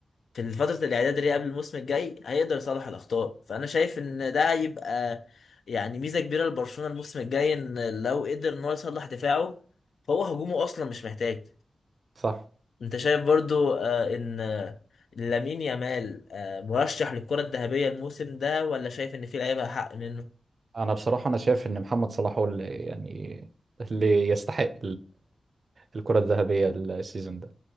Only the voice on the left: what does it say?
في فتره الاعداد اللي هي قبل الموسم الجاي هيقدر يصلح الاخطاء فانا شايف ان ده هيبقى يعني ميزه كبيره لبرشلونه الموسم الجاي ان لو قدر ان هو يصلح دفاعه فهو هجومه اصلا مش محتاج
انت شايف برضو آه، ان آه، لامين يامال آه، مرشح للكرة الذهبية الموسم ده ولا شايف ان في لعيبة حق منه